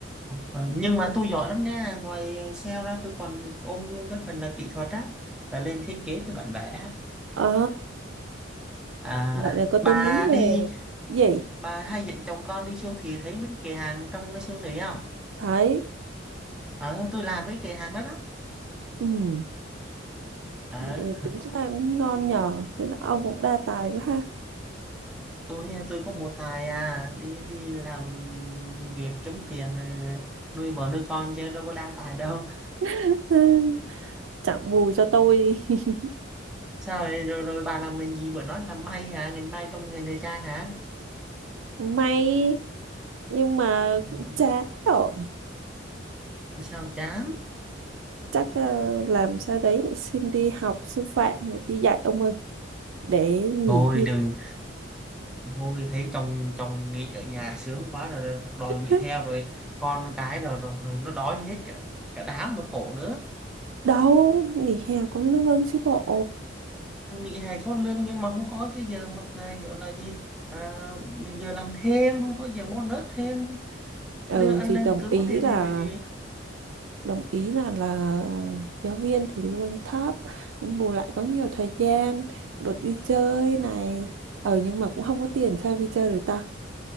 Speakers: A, in the centre; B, on the right.
A: ờ, nhưng mà tôi giỏi lắm nha ngoài ờ, sale ra tôi còn ôm luôn cái phần là kỹ thuật á là lên thiết kế cho bản vẽ á.
B: À,
A: à
B: vậy là có tới
A: bà
B: mấy
A: đi
B: nghề. Gì?
A: bà hay dẫn chồng con đi siêu thị thấy mấy cái kệ hàng trong cái siêu thị không
B: Thấy.
A: ờ tôi làm mấy kệ hàng đó đó
B: Ừ,
A: Ờ
B: vậy thì tính ra cũng ngon nhờ. Thế là ông cũng đa tài quá ha.
A: tôi à, tôi có một tài à đi đi làm việc kiếm tiền rồi nuôi vợ nuôi con chứ đâu có đa tài đâu
B: <laughs> Ừ, Chẳng bù cho tôi. <laughs>
A: sao vậy? rồi rồi bà làm ngành gì bữa nói làm may hả ngành may trong ngành thời trang hả
B: May, nhưng mà
A: ừ.
B: cũng chán rồi.
A: sao chán
B: Chắc ờ, làm sao đấy để xin đi học sư phạm, để đi dạy ông ơi. Để nghỉ
A: thôi đừng thôi thấy chồng chồng nghỉ ở nhà sướng quá rồi, rồi học đòi nghỉ
B: hè.
A: theo rồi con cái rồi, rồi, rồi nó đói hết cả, cả đám mà khổ nữa
B: đâu nghỉ hè có lương chứ bộ
A: nghỉ hè có lương nhưng mà không có cái giờ mà này gọi là gì à, giờ làm thêm không có giờ bonus thêm
B: ừ
A: lương ăn
B: thì
A: lương
B: đồng
A: cứng
B: ý
A: thì
B: là
A: thì, thì, thì.
B: đồng ý là là giáo viên thì lương thấp nhưng bù lại có nhiều thời gian được đi chơi này ờ nhưng mà cũng không có tiền sao đi chơi được ta